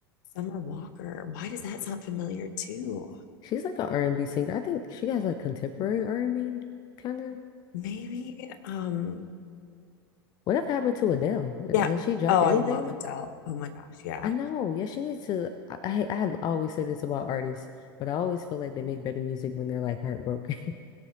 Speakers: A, on the left; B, on the left.
A: Summer Walker. Why does that sound familiar too?
B: She's like an R&B singer. I think she has like contemporary R&B kind of.
A: Maybe, um,
B: Whatever happened to Adele?
A: yeah.
B: Has she dropped
A: Oh,
B: anything?
A: I love Adele. Oh my gosh, yeah.
B: I know. Yeah, she needs to. I I I always say this about artists, but I always feel like they make better music when they're like heartbroken.